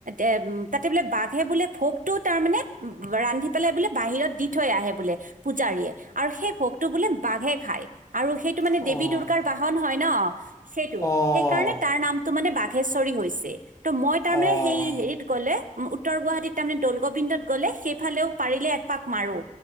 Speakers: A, on the right; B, on the left.
A: এ উম তাতে বোলে বাঘে বোলে ভোকটো তাৰ মানে ৰান্ধি পেলাই বোলে বাহিৰত দি থৈ আহে বোলে পূজাৰীয়ে আৰু সেই ভোকটো বোলে বাঘে খায় আৰু সেইটো মানে
B: অ',
A: দেৱী দুৰ্গাৰ বাহন হয় ন সেইটো
B: অ',
A: সেইকাৰণে তাৰ নামটো মানে বাঘেশ্বৰী হৈছে ত' মই তাৰমানে
B: অ',
A: সেই হেৰিত কলে উত্তৰ গুৱাহাটীত তাৰমানে দলগোবিন্দত গ'লে সেইফালেও পাৰিলে একপাক মাৰো